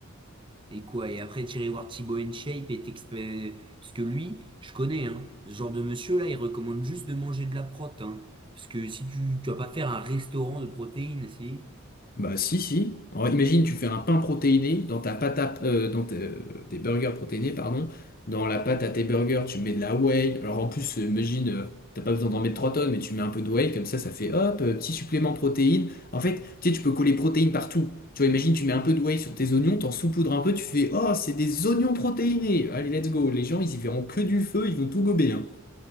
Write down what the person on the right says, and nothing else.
Et quoi? Et après tirer voir Thibaut InShape et t'expé... Parce que lui, je connais, hein. Ce genre de monsieur là, il recommande juste de manger de la prot, hein. Parce que si tu, tu vas pas faire un restaurant de protéines, si?